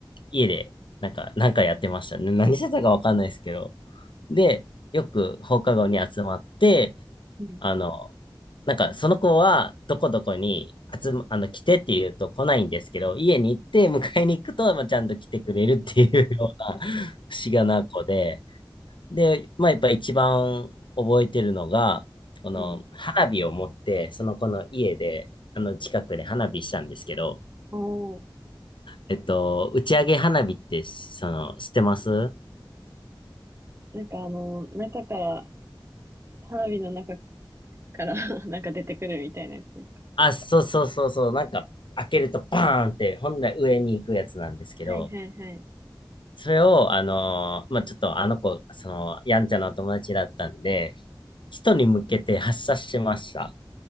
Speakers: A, on the left; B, on the right.
A: 家で、なんか、なんかやってましたね。何してたかわかんないですけど。で、よく放課後に集まって、
B: うん。
A: あの、なんかその子はどこどこに集ま、あの、来てって言うと来ないんですけど、家に行って迎えに行くと、まあ、ちゃんと来てくれるっていうような <laughs> 不思議な子で、で、まあ、やっぱ一番覚えてるのが、この花火を持って、
B: うん。
A: その子の家で、あの近くで花火したんですけど、
B: おー。
A: えっと、打ち上げ花火って、その、知ってます
B: なんかあの、中から、花火の中から <laughs> なんか出てくるみたいなやつですか
A: あ、そうそうそうそう、なんか、開けるとバーンって、本来上に行くやつなんですけど、
B: はいはいはい。
A: それを、あのーまあ、ちょっとあの子、その、やんちゃなお友達だったんで、人に向けて発射しました。